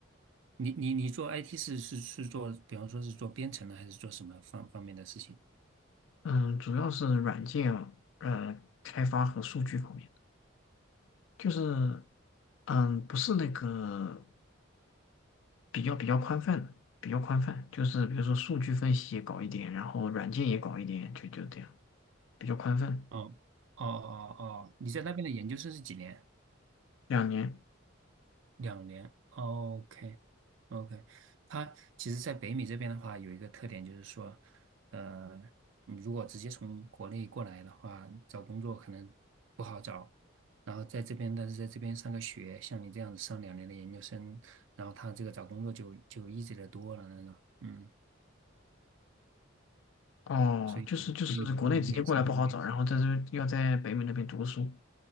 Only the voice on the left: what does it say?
嗯，主要是软件呃开发和数据方面，就是嗯不是那个比较比较宽泛的，比较宽泛，就是比如说数据分析也搞一点，然后软件也搞一点，就就这样，比较宽泛。
两年
哦，
就是就是国内直接过来不好找，然后在这要在北美那边读书。